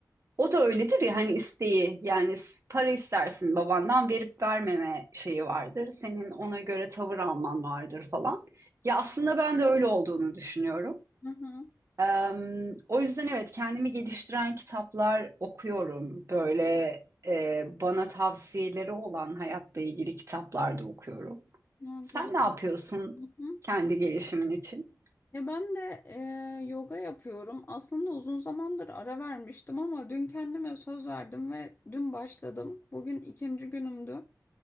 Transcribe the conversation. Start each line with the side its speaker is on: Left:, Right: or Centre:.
Right: O da öyledir ya hani isteği yani s- para istersin babandan verip vermeme şeyi vardır. Senin ona göre tavır alman vardır falan. Ya aslında ben de öyle olduğunu düşünüyorum.
Left: Hı hı.
Right: Eee, o yüzden evet kendimi geliştiren kitaplar okuyorum. Böyle eee, bana tavsiyeleri olan hayatla ilgili kitaplar da okuyorum.
Left: Aa,
Right: Sen
Left: güzel.
Right: ne yapıyorsun
Left: Hı hı.
Right: kendi gelişimin için?
Left: Ya ben de eee, yoga yapıyorum. Aslında uzun zamandır ara vermiştim ama dün kendime söz verdim ve dün başladım. Bugün ikinci günümdü.